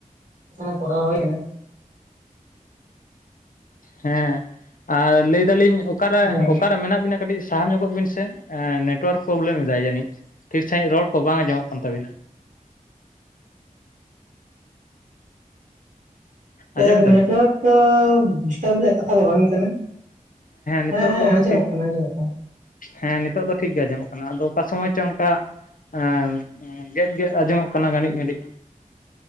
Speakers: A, on the right (about 65°); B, on the left (about 75°).
A: ᱠᱟᱱᱟ ᱠᱚᱨᱟᱣ ᱦᱳᱭ ᱱᱟ
B: ᱦᱮᱸ ᱟᱨ ᱞᱮᱭ ᱫᱟᱞᱤᱧ ᱚᱠᱟᱨᱮ
A: ᱦᱮᱸ
B: ᱚᱠᱟᱨᱮ ᱢᱮᱱᱟᱜ ᱵᱤᱱᱟ? ᱠᱟᱹᱴᱤᱡ ᱥᱟᱦᱟ ᱧᱚᱜᱚᱜ ᱵᱤᱱ ᱥᱮ ᱱᱮᱴᱚᱣᱟᱨᱠ ᱯᱨᱚᱵᱞᱮᱢ ᱮᱫᱟᱭ ᱡᱟᱹᱱᱤᱡ ᱴᱷᱤᱠ ᱥᱟᱺᱦᱤᱡ ᱨᱚᱲ ᱠᱚ ᱵᱟᱝ ᱟᱸᱡᱚᱢᱚᱜ ᱠᱟᱱ ᱛᱟᱹᱵᱤᱱᱟ᱾
A: ᱛᱮ
B: ᱟᱸᱡᱚᱢ ᱫᱟᱵᱤᱱ
A: ᱱᱮᱴᱚᱣᱟᱨᱠ ᱛᱚ ᱰᱤᱥᱴᱟᱵᱽ ᱨᱮᱭᱟᱜ ᱠᱟᱛᱷᱟ ᱛᱚ ᱵᱟᱝ ᱠᱟᱱᱟ᱾
B: ᱱᱤᱛᱚᱜ
A: ᱦᱮᱸ ᱦᱮᱸ
B: ᱫᱚ ᱦᱟᱸᱜ
A: ᱟᱸᱡᱚᱢᱚᱜ
B: ᱴᱷᱤᱠ
A: ᱠᱟᱱᱟ ᱟᱸᱡᱚᱢᱚᱜ ᱠᱟᱱᱟ᱾
B: ᱦᱮᱸ ᱱᱤᱛᱚᱜ ᱫᱚ ᱴᱷᱤᱠᱜᱮ ᱟᱡᱚᱢᱟᱜ ᱠᱟᱱᱟ ᱟᱫᱚ ᱚᱠᱟ ᱥᱚᱢᱚᱭ ᱪᱚ ᱚᱱᱠᱟ ᱮᱸᱱ ᱜᱮᱫ ᱜᱮᱫ ᱟᱸᱡᱚᱢᱚᱜ ᱠᱟᱱᱟ ᱜᱟᱹᱰᱤᱡ ᱜᱟᱰᱤᱡ